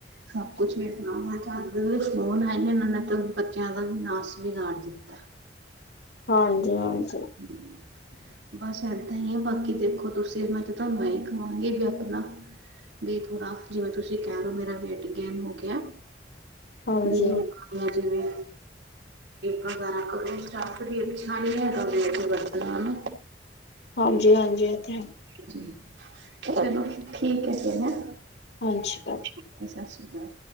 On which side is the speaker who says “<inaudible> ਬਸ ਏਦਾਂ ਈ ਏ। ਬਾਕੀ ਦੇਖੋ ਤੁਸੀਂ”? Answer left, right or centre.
Right